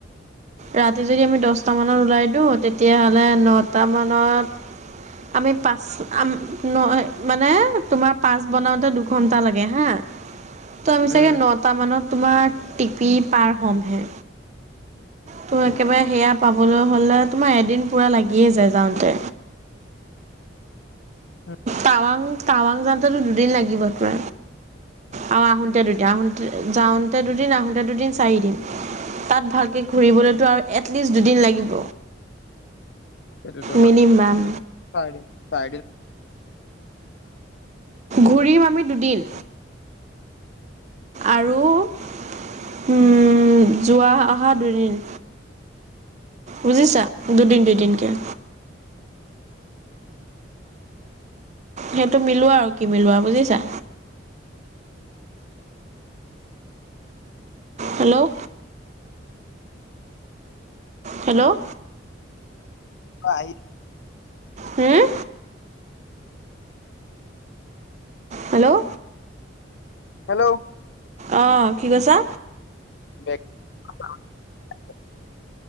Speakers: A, on the right (about 40°); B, on the left (about 65°).
A: ৰাতি যদি আমি দছটা মানত ওলাই দিওঁ তেতিয়াহ'লে নটা মানত আমি পাঁচ আ ন মানে তোমাৰ পাচ বনাওঁতে দুঘণ্টা লাগে হা ত আমি চাগে
B: উম
A: নটা মানত তোমাৰ টিপি পাৰ হ'মহে তো
B: উম
A: একেবাৰে সেয়া পাবলৈ হ'লে তোমাৰ এদিন পূৰা লাগিয়ে যায় যাওঁতে
B: উম,
A: টাৱাং টাৱাং যাওঁতেতো দুদিন লাগিব তে আৰু আহোতে দুদিন আহোতে যাওঁতে দুদিন আহোতে দুদিন চাৰিদিন তাত ভালকে ঘূৰিবলৈতো আৰু এটলিষ্ট দুদিন লাগিব
B: সেইটোতো হয়
A: মিনিমাম
B: চাৰদিন চাৰিদিন
A: ঘূৰিম আমি দুদিন আৰু উম যোৱা অহা দুদিন বুজিছা দুদিন দুদিনকে সেইটো মিলোৱা আৰু কি মিলোৱা বুজিছা হেল্ল' হেল্ল'
B: অআই
A: হুম। হেল্ল'
B: হেল্ল'
A: অঁ, কি কৈছা?
B: <unintelligible>